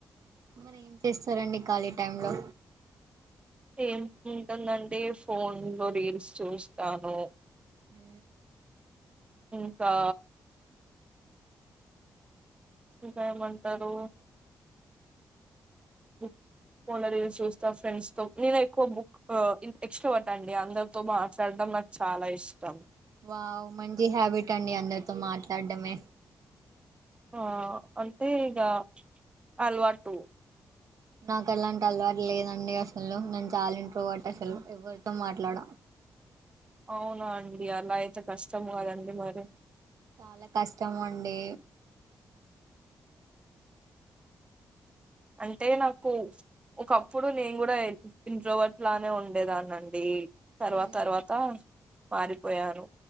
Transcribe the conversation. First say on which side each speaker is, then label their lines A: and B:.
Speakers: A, on the right; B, on the right.
A: మరీ ఏం చేస్తారండి ఖాళీ టైమ్ లో?
B: ఎమ్ ఉంటుందండి ఫోన్ లో రీల్స్ చూస్తాను.
A: మ్
B: ఇంకా ఇంకా ఎం అంటారు ఉ ఫోన్ లో రీల్స్ చూస్తం. ఫ్రెండ్స్ తో నేను ఎక్కువ బుక్ ఎక్స్ట్వేట్ అందరితో మాట్లాడ నాకు చాలా ఇష్టం
A: వావ్ మంచి హ్యాబిట్ అండి అందరితో మాట్లాడడమే.
B: వావ్ అంటే ఇక అలవాటు
A: నాకు అలాంటి అలవాటు లేదు అండి అస్ హలో నన్ను చాలా ఇంట్ర అ్వట్ అసలు ఎవరి తో మాట్లాడ
B: అవునా అండి అలా అయితే కష్టం కదా అండి మరీ.
A: చాలా కష్టం అండి.
B: అంటే నాకు ఒకప్పుడు నేను కూడా ఇంట్రోవట్ లానే ఉండేదాన్నిండి. తర్వాత
A: ఉమ్,
B: తర్వాత మారిపోయాను.